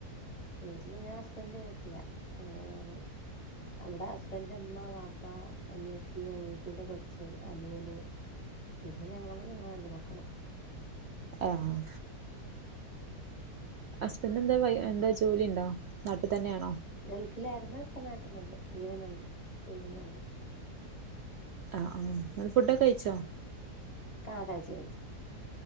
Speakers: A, on the left; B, on the right.
A: വീട്ടില് ഞാൻ ഹസ്ബൻഡ്ന്റെ വീട്ടില. ആഹ് അവ്ടെ ഹസ്ബൻഡറ്ന്റെ മ്മ വാപ്പ അനിയത്തി അനിയത്തിന്റെ കൊച്ച് അനിയന് പിന്നെ ഞങ്ങളും ഞങ്ങള്ടെ രണ്ട് മക്കളും
B: ആഹ് ഹസ്ബൻഡ് ന്താ വയ് എന്താ ജോലി ണ്ടോ നാട്ടി തന്നെയാണോ
A: ഗൾഫിലായിര്ന്ന് ഇപ്പ നാട്ടിലുണ്ട് ലീവ്ന് ഉണ്ട്. ലീവിന് വന്നത്
B: ആഹ് ആഹ് ഫുഡൊക്കെ കയ്ച്ചോ
A: ആഹ് കയ്ച്ച് കയ്ച്ച്